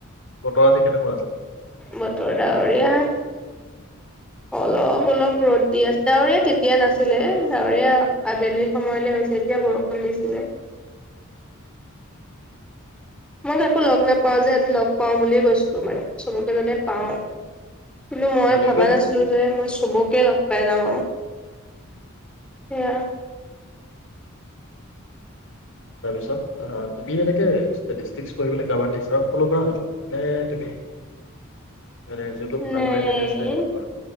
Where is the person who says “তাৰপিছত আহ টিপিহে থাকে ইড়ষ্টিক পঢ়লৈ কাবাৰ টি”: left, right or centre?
Left